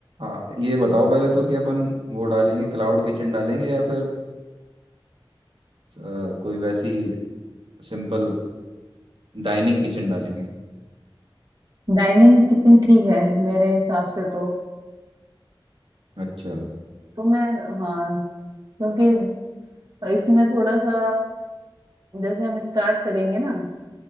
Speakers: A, on the right (about 75°); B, on the right (about 50°).
A: आ, ये बताओ पहले तो कि अपन वो डालेंगे क्लाउड किचन डालेंगे या फिर आ, कोई वैसी सिंपल डाइनिंग किचन डालेंगे
B: डाइनिंग किचन ठीक है मेरे हिसाब से तो
A: अच्छा
B: तो मैं हाँ क्योंकि इसमें थोड़ा सा जैसे हम स्टार्ट करेंगे ना